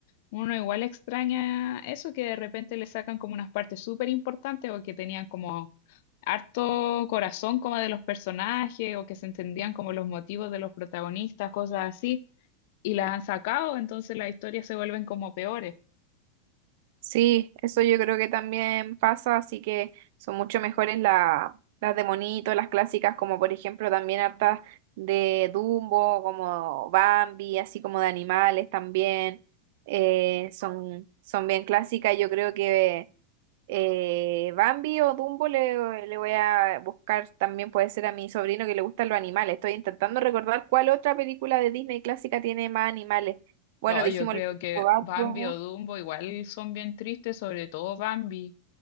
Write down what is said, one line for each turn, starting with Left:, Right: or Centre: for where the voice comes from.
Left: Uno igual extraña eso, que de repente le sacan como unas partes súper importantes o que tenían como harto corazón como de los personajes o que se entendían como los motivos de los protagonistas, cosas así, y las han sacado, entonces las historias se vuelven como peores.
Right: Sí, eso yo creo que también pasa, así que son mucho mejores la- las de monito, las clásicas, como por ejemplo también hartas de Dumbo, como Bambi, así como de animales también, eh, son, son bien clásicas. Yo creo que eh, Bambi o Dumbo le, le voy a buscar también, puede ser a mi sobrino que le gustan los animales. Estoy intentando recordar cuál otra película de Disney clásica tiene más animales. Bueno,
Left: No,
Right: dijimos
Left: yo creo
Right: el
Left: que
Right: Gato.
Left: Bambi o Dumbo igual son bien tristes, sobre todo Bambi.